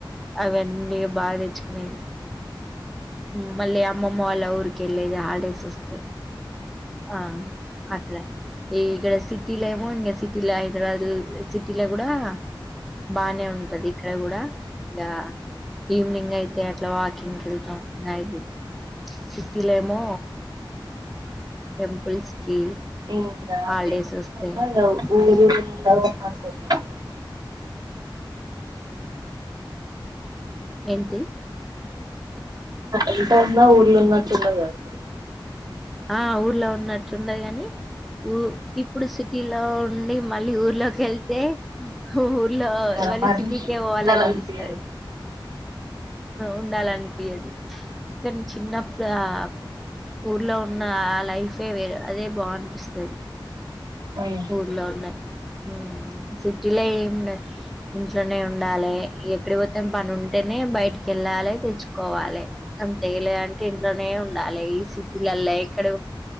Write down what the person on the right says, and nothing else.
ఇంకా
ఎంత ఉన్న
కూడా ఊర్లో ఉన్నంత ఉండదు కదా
ఎంత ఉన్నా ఊర్లో ఉన్నట్టు ఉండదు కదా సిటీలా
ఆ
మరి
ఉండాలనిపియదు
ఉమ్